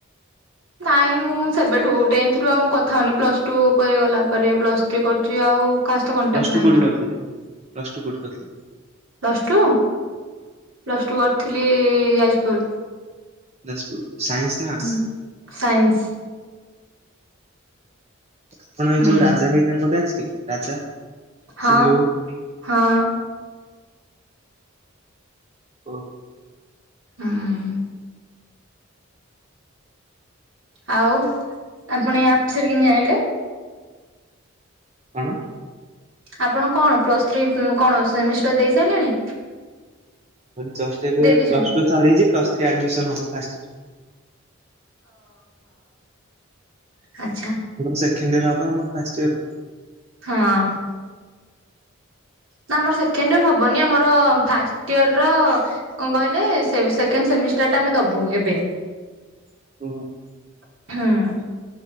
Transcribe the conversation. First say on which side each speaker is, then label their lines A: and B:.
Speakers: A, on the right; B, on the right.
A: ନାଇଁ, ମୁଁ ସେବେଠୁ ଟେନ୍‌ଥ୍ ରୁ ଆଉ ମୁଁ କଥା ହଉନି। ପ୍ଲସ୍‌ଟୁ ପରେ ଗଲା ପରେ ପ୍ଲସ୍‌ଥ୍ରୀ କର୍ଚି ଆଉ। କାହା ସହିତ କଣ୍ଟାକ୍ଟ
B: ପ୍ଲସ୍‌ଟୁ
A: ନାହିଁ
B: କଉଠି
A: ମୋର
B: କର୍ଥିଲେ ପ୍ଲସ୍‌ଟୁ କ ଠି କ--ଲେ?
A: ପ୍ଲସ୍‌ଟୁ, ପ୍ଲସ୍‌ଟୁ କର୍ଥିଲି ଯାଜ୍‌ପୁର୍।
B: ଯାଜ୍‌ପୁର୍, ସାଇନ୍ସ ନା ଆର୍ଡ଼ସ୍‌।
A: ହୁଁ ସାଇନ୍ସ
B: ଆପଣ ଏଇ
A: ହୁଁ
B: ଯଉ ରାଜା ଭାଇ, ତାଙ୍କ ବ୍ୟାଚ୍ କି ରାଜା?
A: ହଁ
B: ସିଲୁ
A: ହଁ!
B: <inaudible>
A: <inaudible> ଆଉ ଆପଣ ରେ ଜାଇଁଲେ?
B: କ'ଣ?
A: ଆପଣ କ'ଣ ପ୍ଲସ୍‌ଥ୍ରୀ କ'ଣ ସେମିଷ୍ଟାର୍ ଦେଇ ସାଇଲେଣି?
B: ଜଷ୍ଟ୍ ଏବେ
A: ଦେଇଛନ୍ତି
B: ପ୍ଲସ୍‌ଟୁ ସରିଚି, ପ୍ଲସ୍‌ଥ୍ରୀ ଆଡ୍‌ମିଶନ୍ ହବ ଫାଷ୍ଟେ
A: ଆଚ୍ଛା।
B: ସେଖେଣ୍ଡେ ଇୟର୍ ହବ, ଆମର ଫାଷ୍ଟ୍ ଇୟର୍
A: ହଁ! ନା, ଆମର ସେକେଣ୍ଡ୍ ଇୟର୍ ହବନି ଆମର ଫାଷ୍ଟ୍ ଇୟର୍ ର ଙ୍କ କହିଲେ ସେକେଣ୍ଡ୍ ସେମିଷ୍ଟାର୍ ଟା ଆମେ ଦବୁ ଏବେ।
B: <inaudible>
A: <inaudible>